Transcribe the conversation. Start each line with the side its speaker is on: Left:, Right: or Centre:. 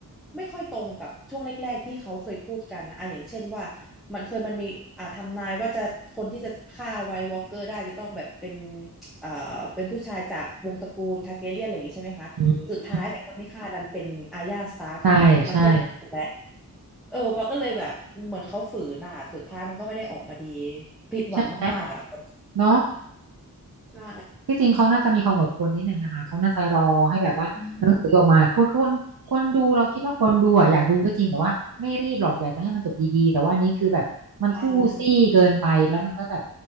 Centre: ไม่ค่อยตรงกับช่วงแรกๆที่เขาเคยพูดกันอ่ะอย่างเช่นว่ามันเคยมันมีอ่าทำนายว่าจะคนที่จะฆ่าไวท์วอล์กเกอร์ได้จะต้องแบบเป็นเอ่อเป็นผู้ชายจากวงตระกูลทาร์แกเรียนอะไรอย่างงี้ใช่ไหมคะสุดท้ายแต่คนที่ฆ่าดันเป็นอาร์ยาสตาร์กอย่างเงี้ยมันก็ไม่ถูกแล้ว
Right: อืมใช่ใช่
Centre: เออปาก็เลยแบบเหมือนเขาฝืนอ่ะสุดท้ายมันก็ไม่ได้ออกมาดีผิดหวังมากๆอ่ะตอน
Right: ใช่ไหมเนาะ
Centre: ใช่
Right: ที่จริงเขาน่าจะมีความอดทนนิดหนึ่งนะคะเขาน่าจะรอให้แบบว่าหนังสือออกมาคือคนคนดูเราคิดว่าคนดูอ่ะอยากดูก็จริงแต่ว่าไม่รีบหรอกอยากจะให้มันจบดีๆแต่ว่าอันนี้คือแบบมันทู่ซี่เกินไปแล้วมันก็แบบ
Centre: อืมใช่